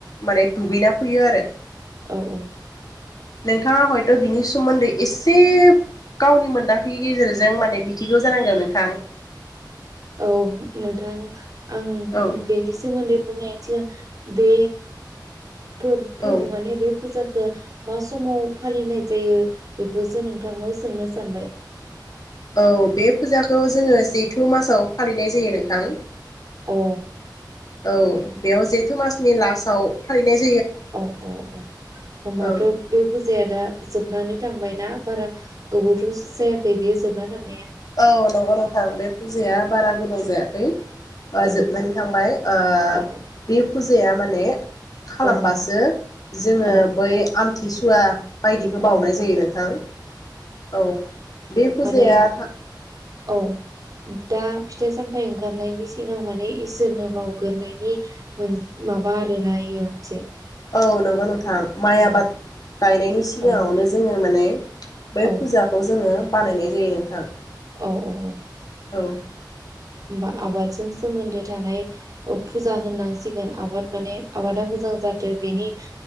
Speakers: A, on the left (about 50°); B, on the right (about 50°).
A: माने दुगैना फ <unintelligible>
B: औ औ।
A: नोंथाङा हयथ' बिनि समोन्दै एसेब गावनि मोनदांथिनि गेजेरजों माने मिथिगौ जानांगौ नोंथां।
B: औ नोंथां आं
A: औ
B: बेनि सोमोन्दै बुंनायनि सिगां। बे फोर फोरबो
A: औ
B: माने बे फुजाख। खो मा समाव फालिनाय जायो बेखौसो नोंथांनाव सोंनो सानबाय।
A: औ बे फुजाखौ जोङो जेथु मासाव फालिनाय जायो नोंथां।
B: औ।
A: औ बेयाव जेथो मासनि लासाव फालिनाय जा
B: औ औ औ होनबाथ'
A: औ
B: बे फुजाया दा। जोबनानै थांबाय ना बारा गोबावथ' जायाखै बेयो जोबना थां
A: औ नंगौ नोंथां बे फुजाया बारा गोबाव जायाखै। ओ
B: औ
A: जोबनानै थांबाय ओ
B: औ
A: बे फुजाया माने। खालामबासो
B: औ
A: जोङो
B: औ
A: बै आमथिसुवा। बायदिखौ
B: औ
A: बावउनाय जायो नोंथां औ बे फुजायाथा
B: माने औ दा दा फिथाइ सामथाइ ओंखारनायनि सिगां माने इसोरनो बावगोरनायनि मोन माबा आरोना नायोआ मोनसे।
A: औ नंगौ नोंथां माइ
B: औ
A: आबाद गायनायनि सिगाङावनो
B: औ
A: जोङो माने बै
B: औ
A: फुजाखौ जोङो बानायनाय जायो नोंथां।
B: औ औ औ।
A: औ।
B: बा आबादजों सोमोन्दो थानाय। ओ फुजा होननांसिगोन आबाद माने आबादा मोजां जाथो बेनि